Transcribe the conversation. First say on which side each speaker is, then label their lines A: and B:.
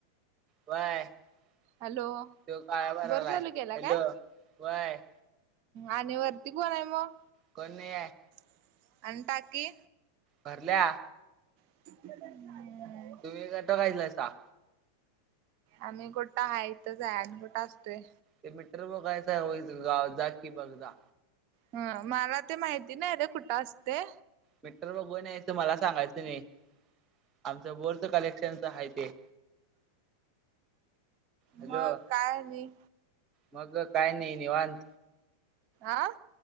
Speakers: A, on the right (about 25°); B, on the right (about 45°).
A: काय? <inaudible>
B: हॅलो
A: तो काय बोल्याला
B: बोर चालू
A: आहे?
B: केला
A: हॅलो
B: काय
A: व्हंय.
B: आणि वरती कोण आहे मग?
A: कोन नाही आहे.
B: <unintelligible> आणि टाकी?
A: भरल्या.
B: <inaudible>
A: तुम्ही करता <unintelligible>
B: आम्ही कुठं हाय इथंच आहे. कुठं असतोय?
A: ते मीटर बघायचं होई गाव जा कि बघ जा.
B: ह मला ते माहिती नाही रे, कुठं असते?
A: मीटर बघून यायचं मला सांगायचं नाही. आमचं बोरचे कलेक्शनच आहे ते. <inaudible> हॅलो
B: मग काय आणि?
A: मग काय नाही निवांत.
B: आह